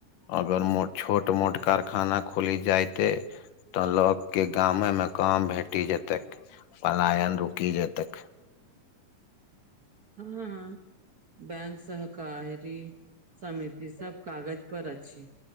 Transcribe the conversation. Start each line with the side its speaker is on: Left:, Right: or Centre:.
Left: अगर मोट छोट मोट कारखाना खुलि जयतै त लोकके गामे मे काम भेटि जेतै पलायन रुकि जेतै।
Right: हँ, बैंक सहकारी समिति सभ कागज पर अछि